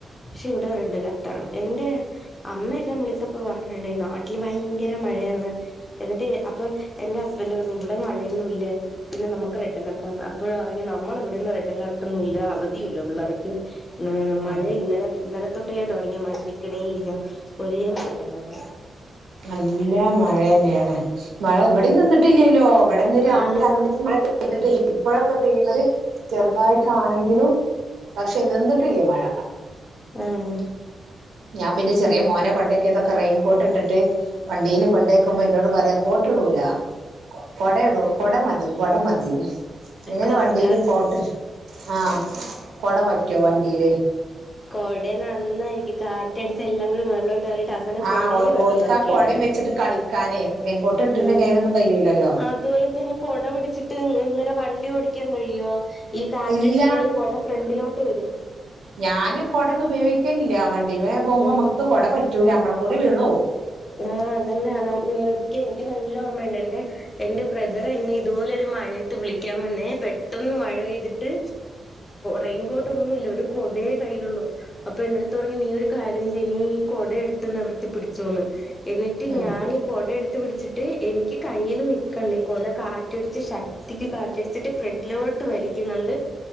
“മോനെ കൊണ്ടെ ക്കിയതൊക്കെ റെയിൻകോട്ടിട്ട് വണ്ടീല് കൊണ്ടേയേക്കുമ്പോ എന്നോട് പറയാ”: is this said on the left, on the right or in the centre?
Right